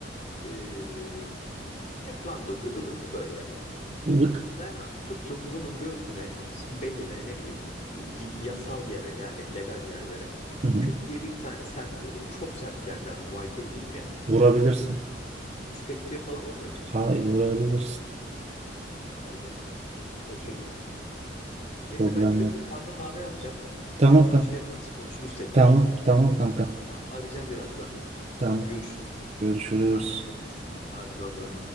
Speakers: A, on the left (about 40°); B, on the right (about 35°).
A: Ee, Tekvandocu ılık böyle.
B: Ilık.
A: Ben abi tuttum bunun göğsüne, beline ne bileyim y- yasal yere yani legal yerlere
B: Hı hı.
A: küt diye bir tane sert vurdum. Çok sert geldi ama Muay Thai'ciyim ya.
B: Vurabilirsin.
A: Diskalifiye falan olmuyor mu?
B: Hayır vurabilirsin.
A: Vay be. Şaşırdım. Neyse
B: Problem
A: ben gidiyorum
B: yok.
A: bir kahve mavi yapacağım.
B: Tamam
A: Daha sonra
B: kan.
A: şey yaparız konuşuruz tekrar.
B: Tamam tamam kanka.
A: Tamam arayacağım birazdan.
B: Tamam.
A: Hadi görüşürüz.
B: Görüşürüz.
A: Hadi dikkat et. Hadi baba.